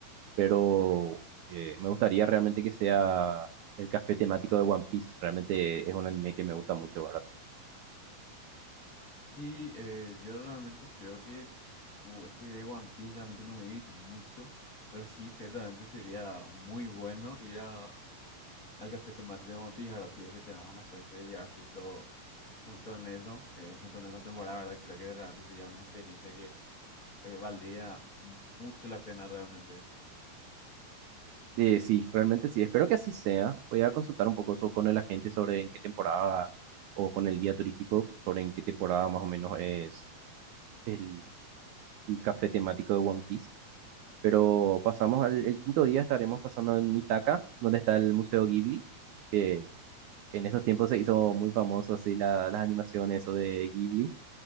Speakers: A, on the right (about 80°); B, on the left (about 40°).
A: Pero eh, me gustaría realmente que sea el café temático de One Piece. Realmente es un anime que me gusta mucho, ¿verdad?
B: Sí, eh, yo realmente creo que, uh, es que de One Piece realmente no me vi mucho, pero sí, ciertamente sería muy bueno ir a- al café temático de One Piece, ¿verdad? Si es que tenemos la suerte de llegar justo, justo en eso, eh, justo en esa temporada, ¿verdad? Creo que realmente sería una experiencia que eh, valdría mucho la pena realmente.
A: Eh, sí, realmente sí. Espero que así sea. Voy a consultar un poco so- con el agente sobre en qué temporada o con el guía turístico sobre en qué temporada más o menos es el, el café temático de One Piece. Pero pasamos al el quinto día, estaremos pasando en Mitaka, donde está el Museo Ghibli, que en esos tiempos se hizo muy famoso así la- las animaciones o de Ghibli.